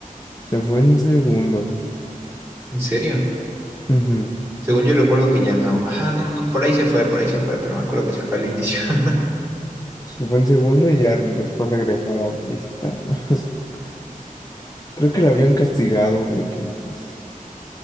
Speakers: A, on the left (about 25°); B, on the right (about 20°).
A: se fue en segundo.
B: en serio.
A: Ujú.
B: Según yo recuerdo que ya no. Ajá, no, no, por ahí se fue, por ahí se fue, pero me acuerdo que se fue al inicio. <laughs>
A: Se fue en segundo y ya re- después regresaba a visitarnos. <laughs> Creo que la habían castigado de que, pues,